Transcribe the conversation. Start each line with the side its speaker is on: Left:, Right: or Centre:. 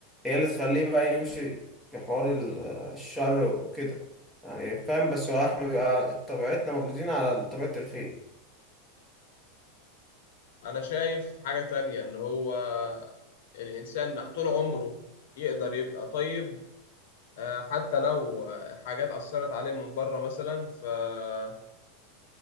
Centre: هي اللي تخليه بقى يمشي في حوار ال- الشر وكده يعني فاهم بس هو احنا بيبقى طبيعتنا مولودين على طبيعة الخير
Left: انا شايف حاجة تانية ان هو الانسان طول عمره يقدر يبقى طيب آه، حتى لو آه، حاجات اثرت عليه من بره مثلا فهو